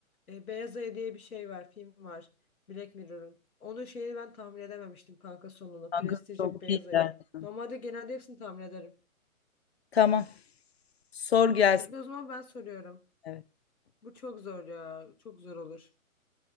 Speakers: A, on the left (about 85°); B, on the left (about 45°).
A: e, Beyaz Ayı diye bir şey var. Film var. Black Mirror'ın. Onun şeyini ben tahmin edememiştim kanka sonunu.
B: kanka
A: Prestige'i
B: çok
A: Beyaz
B: iyi
A: Ayı'nın.
B: gerçekten.
A: Normalde genelde hepsini tahmin ederim.
B: Tamam. Sor gelsin.
A: Şimdi o zaman ben soruyorum.
B: Evet.
A: Bu çok zor ya. Çok zor olur.